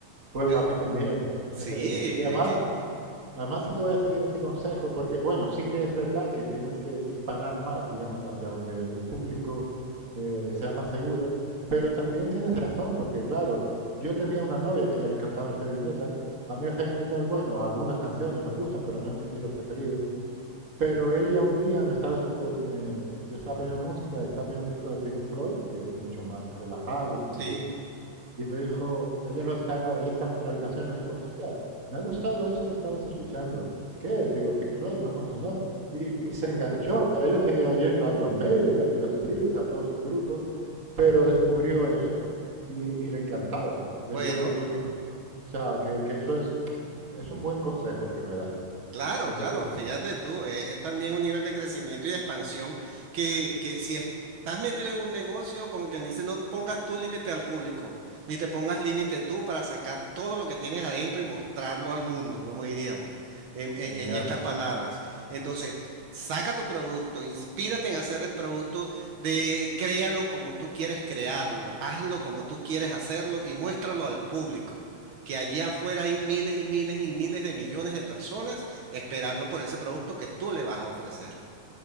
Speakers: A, on the right; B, on the right.
A: Pues
B: Me
A: a
B: gust-
A: mí también.
B: sí,
A: <laughs> Y además
B: es que
A: Además, sí que voy a seguir ese consejo, porque bueno, sí que es verdad que tienes que disparar más, digamos, hacia donde el público eh, sea más seguro, pero también tienes razón, porque claro, yo tenía una novia que a ella le encantaba el heavy metal. A mí el heavy metal, bueno, algunas canciones me gustan, pero no es mi estilo preferido. Pero ella un día me estaba, escu- me- yo estaba poniendo música, estaba poniendo un disco de Pink Floyd, que es mucho más relajado y tranquilo.
B: sí.
A: Y me dijo, ella lo estaba, ella estaba en otra habitación y me dijo, hostia, me ha gustado eso que estabas escuchando. ¿Qué es? Digo, Pink Floyd, no lo conoces, no. Y, y se enganchó, pero ella seguía oyendo a Iron Maiden, a Judas Priest, a todos sus grupos, pero descubrió eso y, y le encantaba.
B: Bueno.
A: De hecho, fuimos, o sea, que, que eso es, es un buen consejo el que me das.
B: Claro,
A: Yo
B: claro,
A: creo que sí.
B: fíjate tú, es también un nivel de crecimiento y de expansión que, que si estás metido en un negocio, como quien dice, no pongas tú límite al público, ni te pongas límite tú para sacar todo lo que tienes adentro y mostrarlo al mundo, como diríamos, en, en-
A: Genial.
B: en estas palabras. Entonces, saca tu producto, inspírate en hacer el producto de créalo como tú quieres crearlo, hazlo como tú quieres hacerlo y muéstralo al público. que allá afuera hay miles y miles y miles de millones de personas esperando por ese producto que tú le vas a ofrecer.